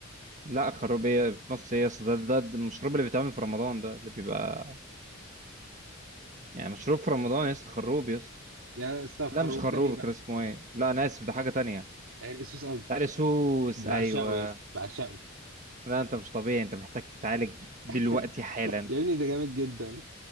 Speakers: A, on the right; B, on the right.
A: لا خروبية في مصر يا اسطى ده ده ده المشروب اللي بيتعمل في رمضان ده اللي بيبقى يعني مشروب في رمضان يا اسطى خروب يا اسطى
B: يا اسطى الخروب
A: لا مش خروب
B: ده بيبقى
A: كان اسمه ايه لا انا اسف ده حاجة تانية
B: عرق سوس قصدك
A: عرسوس
B: بعشقه
A: ايوه
B: يا اسطى بعشقه
A: لا انت مش طبيعي انت محتاج تتعالج دلوقتي
B: <laughs>
A: حالا
B: يا ابني ده جامد جدا